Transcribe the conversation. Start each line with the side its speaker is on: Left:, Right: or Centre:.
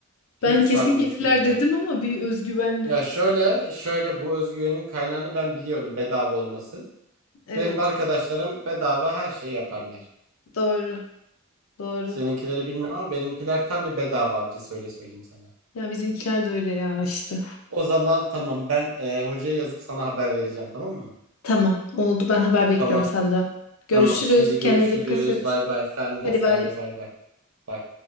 Right: Hiç
Left: Ben kesin
Right: zannetmiyorum.
Left: gelirler dedim ama bir özgüvenle.
Right: Ya şöyle, şöyle bu özgüvenin kaynağını ben biliyorum bedava olması.
Left: Evet
Right: Benim arkadaşlarım bedava her şey yaparlar.
Left: doğru doğru.
Right: Seninkileri bilmiyorum ama benimkiler tam bir bedava avcısı öyle söyleyeyim sana.
Left: Ya bizimkiler de öyle ya işte.
Right: O zaman tamam ben e, hocaya yazıp sana haber vereceğim tamam mı?
Left: Tamam oldu ben haber bekliyorum
Right: Tamam
Left: senden. Görüşürüz
Right: tamam hadi görüşürüz
Left: kendine dikkat et.
Right: bay bay sen de
Left: Hadi
Right: sen
Left: bay.
Right: de bay bay. Bay.